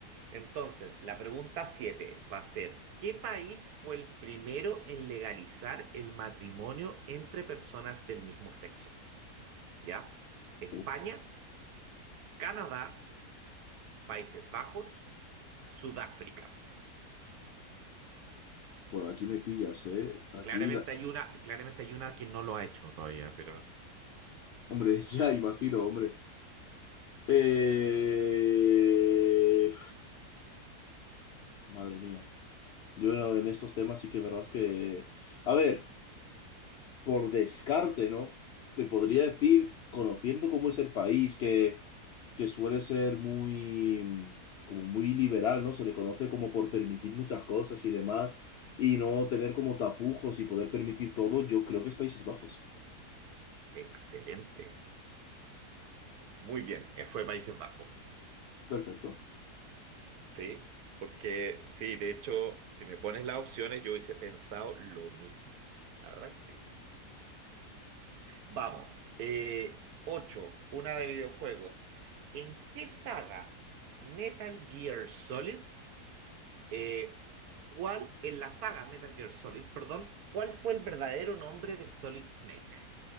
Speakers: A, on the right (about 70°); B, on the left (about 80°).
A: Entonces, la pregunta 7 va a ser, ¿qué país fue el primero en legalizar el matrimonio entre personas del mismo sexo? ¿Ya? España,
B: Uf,
A: Canadá, Países Bajos, Sudáfrica.
B: aquí me pillas, ¿eh? Aquí
A: Claramente
B: la...
A: hay una, claramente hay una que no lo ha hecho todavía, pero
B: Hombre, <laughs> ya imagino, hombre. Eh... Madre mía. Yo no- en estos temas sí que es verdad que... A ver, por descarte, ¿no? Te podría decir, conociendo cómo es el país, que, que suele ser muy... como muy liberal, ¿no? Se le conoce como por permitir muchas cosas y demás, y no tener como tapujos y poder permitir todo, yo creo que es Países Bajos.
A: excelente. Muy bien, eh, fue Países Bajos.
B: Perfecto.
A: Sí, porque sí, de hecho, si me pones las opciones, yo hubiese pensado lo mismo. La verdad que sí. Vamos, eh, 8, una de videojuegos. ¿En qué saga Metal Gear Solid, eh, cuál, en la saga Metal Gear Solid, perdón, cuál fue el verdadero nombre de Solid Snake?